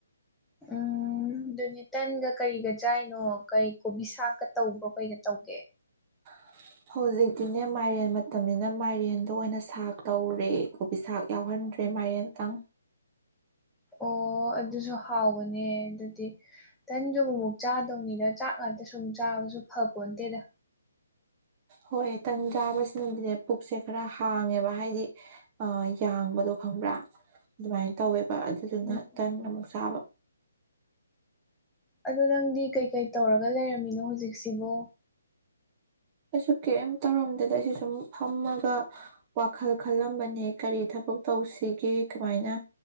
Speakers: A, in the centre; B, on the right (about 20°).
A: ꯎꯝ ꯑꯗꯨꯗꯤ ꯇꯟꯒ ꯀꯔꯤꯒ ꯆꯥꯏꯅꯣ ꯀꯩ ꯀꯣꯕꯤ ꯁꯥꯛꯀ ꯇꯧꯕ꯭ꯔꯣ ꯑꯩꯢꯒ ꯇꯧꯒꯦ
B: <inaudible> ꯍꯧꯖꯤꯛꯇꯤꯅꯦ ꯃꯥꯏꯔꯦꯟ ꯃꯇꯝꯅꯤꯅ ꯃꯥꯏꯔꯦꯟꯗꯣ ꯑꯣꯏꯅ ꯁꯥꯛ ꯇꯧꯔꯦ ꯀꯣꯕꯤ ꯁꯥꯛ ꯌꯥꯎꯍꯟꯗ ꯗ꯭ꯔꯦ ꯃꯥꯢꯌꯦꯟꯇꯪ
A: ꯑꯣ ꯑꯗꯨꯖꯨ ꯍꯥꯎꯕꯅꯦ ꯑꯗꯨꯗꯤ ꯇꯟꯁꯨ ꯑꯃꯨꯛ ꯃꯨꯛ ꯆꯥꯗꯧꯅꯤꯗ ꯆꯥꯛ ꯉꯥꯛꯇ ꯁꯨꯝ ꯆꯥꯕꯁꯨ ꯐꯄꫭꯟ ꯇꯦꯗ
B: ꯍꯣꯏ ꯇꯟ ꯆꯥꯕꯁꯤꯅꯕꯨꯗꯤꯅꯦ ꯄꯨꯛꯁꯦ ꯈꯔ ꯍꯥꯡꯉꯦꯕ ꯍꯥꯏꯗꯤ ꯑꯥ ꯌꯥꯡꯕꯗꯣ ꯈꯪꯕ꯭ꯔꯥ ꯑꯗꯨꯃꯥꯏ ꯇꯧꯋꯦꯕ ꯑꯗꯨꯗꯨꯅ
A: ꯎꯝ
B: ꯇꯟ ꯑꯃꯨꯛ ꯆꯥꯕ
A: ꯑꯗꯣ ꯅꯪꯗꯤ ꯀꯩꯀꯩ ꯇꯧꯔꯒ ꯂꯩꯔꯝꯃꯤꯅꯣ ꯍꯧꯖꯤꯛꯁꯤꯕꯣ
B: ꯑꯩꯁꯨ ꯀꯩꯝ ꯇꯧꯔꯝꯗꯦꯗ ꯑꯩꯁꯨ ꯁꯨꯝ ꯐꯝꯃꯒ ꯋꯥꯈꯜ ꯈꯜꯂꯝꯕꯅꯦ ꯀꯔꯤ ꯊꯕꯛ ꯇꯧꯁꯤꯒꯦ ꯀꯃꯥꯏꯅ